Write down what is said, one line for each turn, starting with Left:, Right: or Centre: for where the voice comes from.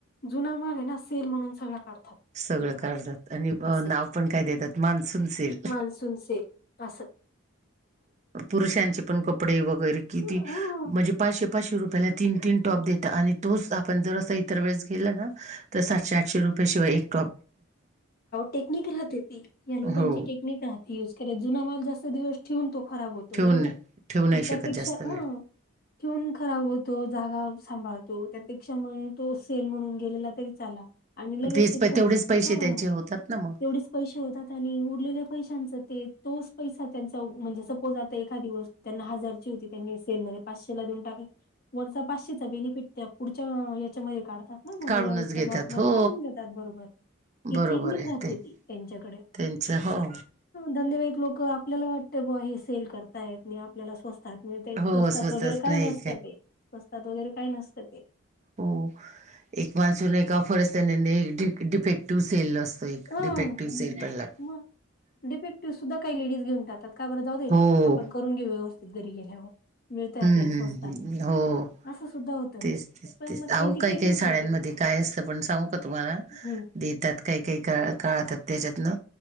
Left: जुना माल आहे ना सेल म्हणून सगळ काढतात.
Right: सगळं काढतात आणि अ,
Left: असं
Right: नाव पण काय देतात मान्सून सेल
Left: मान्सून सेल अस
Right: पुरुषांचे पण कपडे वगैरे किती
Left: हम्म
Right: म्हणजे पाचशे पाचशे रुपयाला तीन तीन टॉप देतात आणि तोच आपण जर असं इतर वेळेस गेल ना तर सातशे आठशे रुपये शिवाय येत
Left: टेक्निक राहते ती या लोकांची
Right: हो
Left: टेक्निक राहते. यूज कर जुना माल जास्त दिवस ठेवून तो खराब होतो
Right: ठेवून
Left: बरोबर
Right: ठेवू
Left: मग
Right: नाही
Left: त्यापेक्षा
Right: शकत जास्त वेळ
Left: हा, ठेऊन खराब होतो जागा सांभाळतो त्यापेक्षा मण तो सेल म्हणून गेलेला तरी चाला. आणि लगेच
Right: तेच
Left: ते
Right: प
Left: पुढच
Right: तेवढेच पैसे
Left: हं.
Right: त्यांचे होतात ना मग
Left: तेवढेच पैसे होतात आणि उरलेल्या पैशांच ते तोच पैसा त्यांचा म्हणजे सपोज आता एखा दिवस. त्यांना हजारची होती त्यांनी सेलमध्ये पाचशे ला देऊन टाका. वरचा पाचशेचा बेनिफिट त्या पुढच्या याच्यामध्ये काढतात. ना म
Right: काढूनच
Left: दिवाळीच्या
Right: घेतात
Left: लॉटमध्ये
Right: हो
Left: काढून घेतात बरोबर. की
Right: बरोबर
Left: टेकनिक
Right: आहे
Left: राहते
Right: ते
Left: त्यांच्याकडे
Right: त्यांचं हो
Left: धंदेवाईक लोक आपल्याला वाटत ब हे सेल करता ये आपल्याला स्वस्त त ते स्वस्तात
Right: हो स्वस्तच
Left: वगैरे काय
Right: नाही
Left: नसतं ते स्वस्तात वगैरे काय नसतं ते.
Right: हो एक बाजूला एक ऑफरच त्यानी डिफेक्टिव्ह सेल असत. त एक
Left: हं
Right: डिफेक्टिव्ह सेल पण लागतो.
Left: मग डिफेक्टिव्ह सुद्धा काही लेडीज घेऊन जात का बरं जाऊदे
Right: हो
Left: आपण करून घे व्यवस्थित घरी गेल्यावर मिळतय आपल्याला
Right: हम्म
Left: स्वस्तात
Right: हम्म हो
Left: असं सुद्धा
Right: तेच तेच
Left: पण
Right: तेच
Left: मग
Right: आहो
Left: त्यांची
Right: काही
Left: टेक्निक
Right: काही साड्यांमध्ये
Left: राहते ती
Right: काय असतं पण सांगू का तुम्हाला,
Left: हं
Right: देतात काही काही का काळतात त्याच्यातनं